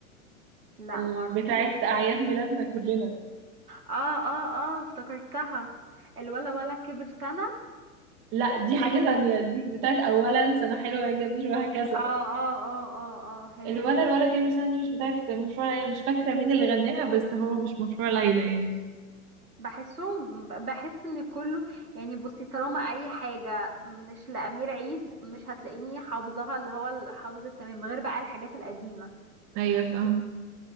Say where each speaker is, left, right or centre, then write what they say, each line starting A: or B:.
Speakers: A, on the right; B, on the right.
A: لا
B: ال-
A: معرفوش
B: بتاعت اعياد ميلادنا كلنا
A: اه اه اه افتكرتها الولا ولا كبر سنة
B: لا دي حاجه تانية دي بتاعت اولا سنه حلوه يا جميل وهكذا
A: اه اه اه اه اه هي
B: الوانا
A: دي
B: الولا كبر سنة دي مش بتاعت مشروع ليلى مش فاكرة مين اللي غناها بس هو مش مشروع ليلى يعني
A: بحسهم بحس ان كله يعني بصي طالما اي حاجة مش لأمير عيد مش هتلاقيني حافظاها اللي هو الحافظ التمام غير بقى الحاجات القديمة
B: أيوة فاهم